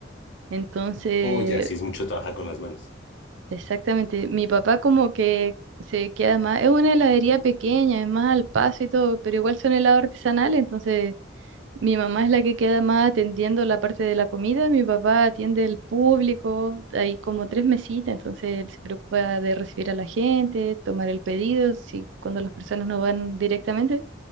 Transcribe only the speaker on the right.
Entonces,
exactamente, mi papá como que se queda más, es una heladería pequeña, es más al paso y todo, pero igual son helados artesanales, entonces Mi mamá es la que queda más atendiendo la parte de la comida, mi papá atiende el público, hay como tres mesitas, entonces él se preocupa de recibir a la gente, tomar el pedido, si cuando las personas no van directamente,